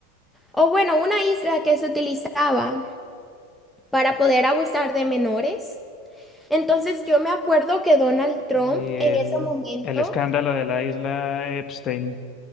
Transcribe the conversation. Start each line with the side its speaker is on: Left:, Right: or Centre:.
Centre: O bueno, una isla que se utilizaba para poder abusar de menores. Entonces yo me acuerdo que Donald Trump
Left: Y el,
Centre: en ese momento
Left: el escándalo de la isla Epstein.